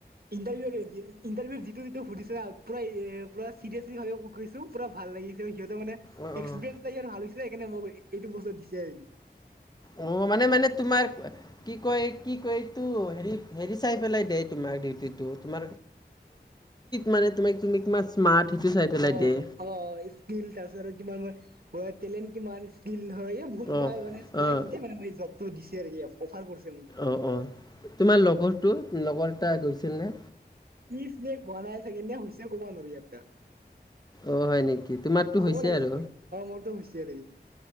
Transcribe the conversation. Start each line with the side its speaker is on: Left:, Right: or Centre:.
Right: ইণ্টাৰভিউৰ ইণ্টাৰভিউৰ যিটো যিটো ফুটিছো পুৰা এ পৰা চিৰিয়াছলি ভাৱে কু কৰিছো পুৰা ভাল লাগিছে। সিহঁতেৰ মানে এক্পিৰিয়েঞ্চ
Left: অঁ অঁ
Right: ভাল হৈছে সেইকাৰণে মোক এইটো পষ্টত দিছে।
Left: অ'। মানে মানে তোমাৰ কি কয় কি কয় এইটো হেৰি হেৰি চাই পেলাই দে তোমাক ম মানমমি কি <unintelligible> পেলাই
Right: অ', অ',
Left: দিয়ে
Right: স্কিল তাৰপিছত আৰু কিমান টেলেণ্ট কিমান য় এই ভুল কেইটা
Left: অঁ
Right: হয় মানে চাইয়া
Left: অঁ
Right: মানে জবটো দিছে আৰু অফাৰ কৰিছে মোক
Left: অ', অ', তোমাৰ লগৰটো, লগৰ এটা গৈছিল নে।
Right: পিছ যে খোৱা নাই চাগে নে হৈছে কবা নোৱাৰো ইয়াতটা
Left: অঁ হয় নেকি তোমাৰতো
Right: হ'ব
Left: হৈছে
Right: লাগিছিলে
Left: আৰু
Right: অ', মোৰতো হৈছে আৰু